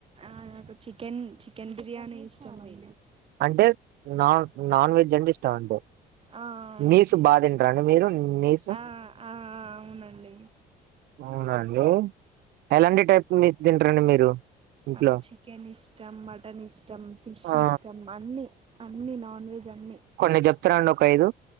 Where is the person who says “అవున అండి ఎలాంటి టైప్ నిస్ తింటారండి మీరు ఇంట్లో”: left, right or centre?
Right